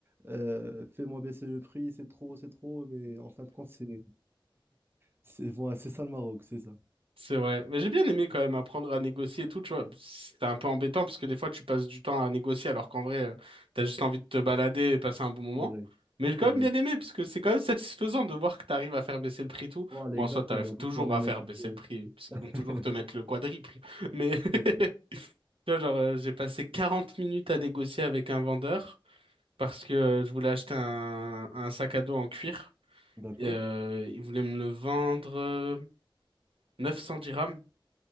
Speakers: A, on the right; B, on the right.
A: euh, fais-moi baisser le prix, c'est trop, c'est trop, mais en fin de compte, c'est, c'est, voilà, c'est ça le Maroc, c'est ça.
B: C'est vrai. Mais j'ai bien aimé quand même apprendre à négocier et tout, tu vois. C'était un peu embêtant parce que des fois tu passes du temps à négocier alors qu'en vrai, euh, t'as juste envie de te balader et passer un bon moment.
A: C'est vrai,
B: Mais j'ai quand
A: c'est
B: même
A: vrai.
B: bien aimé parce que c'est quand même satisfaisant de voir que t'arrives à faire baisser le prix et tout.
A: Voilà,
B: Bon,
A: exactement.
B: en soi, t'arrives
A: Des
B: toujours
A: fois même,
B: à faire
A: tu
B: baisser
A: peux.
B: le prix parce qu'ils
A: <laughs>
B: vont toujours te mettre le quadruple. Mais <laughs>
A: C'est vrai.
B: tu vois, genre, euh, j'ai passé 40 minutes à négocier avec un vendeur parce que euh, je voulais acheter un, un sac à dos en cuir.
A: D'accord,
B: Et, euh, il voulait me le vendre euh, 900 dirhams.